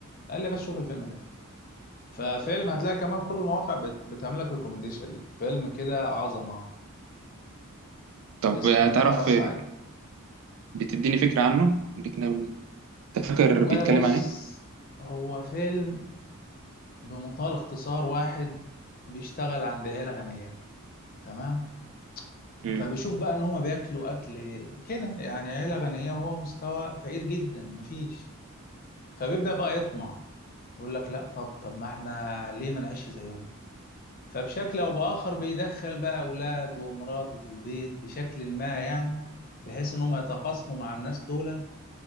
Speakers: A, on the left; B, on the right.
A: قال لي بس شوف الفيلم ده ففيلم هتلاقي كمان كل المواقع بت... بتعمل لك ريكومنديشن ليه فيلم كده عظمة
B: طب
A: اسمه
B: آه، تعرف
A: باراسايت
B: آه، بتديني فكره عنه الاجنبي ده؟ انت فاكر
A: والله
B: بيتكلم
A: بص
B: عن ايه؟
A: هو فيلم بمنتهى الاختصار واحد بيشتغل عند عيلة غنية تمام
B: امم
A: فبيشوف بقى ان هما بياكلوا اكل كده يعني عيلة غنية وهو مستوى فقير جدا مفيش فبيبدأ بقى يطمع يقول لك لا طب طب ما احنا ليه ما نعيش زيهم فبشكل او باخر بيدخل بقى اولاده ومراته في البيت بشكل ما يعني بحيث ان هم يتقاسموا مع الناس دول